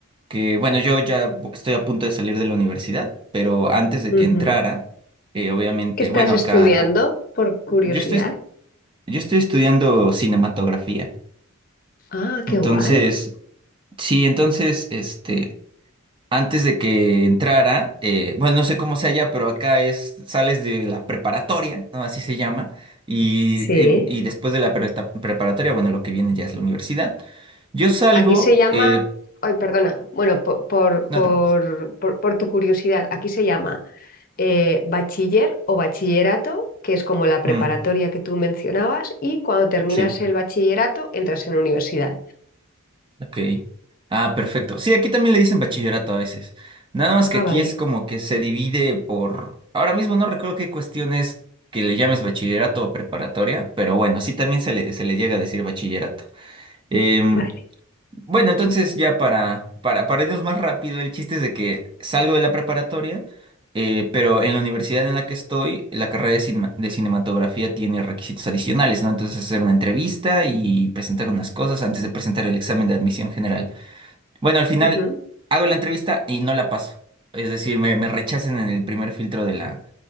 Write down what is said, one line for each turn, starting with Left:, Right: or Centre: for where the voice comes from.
Right: que bueno, yo ya estoy a punto de salir de la universidad, pero antes de que
Left: Ujú.
Right: entrara, eh, obviamente,
Left: ¿Qué estás
Right: bueno,
Left: estudiando?
Right: acá, ac-
Left: Por curiosidad.
Right: yo estoy, yo estoy estudiando cinematografía.
Left: Ah, qué
Right: Entonces,
Left: guay.
Right: sí, entonces, este, antes de que entrara, eh, bueno, no sé cómo sea allá, pero acá es, sales de la preparatoria, ¿no? Así se llama. Y,
Left: Sí.
Right: y- y después de la pre- preparatoria, bueno, lo que viene ya es la universidad. Yo salgo,
Left: Aquí se llama,
Right: eh,
Left: ay, perdona, bueno, po- por, por,
Right: no te preocupes.
Left: por, por tu curiosidad, aquí se llama eh, bachiller o bachillerato, que es como la preparatoria
Right: Mm,
Left: que tú mencionabas, y cuando terminas
Right: sí.
Left: el bachillerato entras en la universidad.
Right: Ok. Ah, perfecto. Sí, aquí también le dicen bachillerato a veces. Nada más que
Left: Ah,
Right: aquí
Left: vale.
Right: es como que se divide por... Ahora mismo no recuerdo qué cuestiones que le llames bachillerato o preparatoria, pero bueno, sí también se le, se le llega a decir bachillerato. Em,
Left: Vale.
Right: bueno, entonces ya para, para, para irnos más rápido, el chiste es de que salgo de la preparatoria, eh, pero en la universidad en la que estoy, la carrera de, cinema- de cinematografía tiene requisitos adicionales, ¿no? Entonces hacer una entrevista y presentar unas cosas antes de presentar el examen de admisión general. Bueno, al final
Left: Ujú.
Right: hago la entrevista y no la paso. Es decir, me, me rechazan en el primer filtro de la,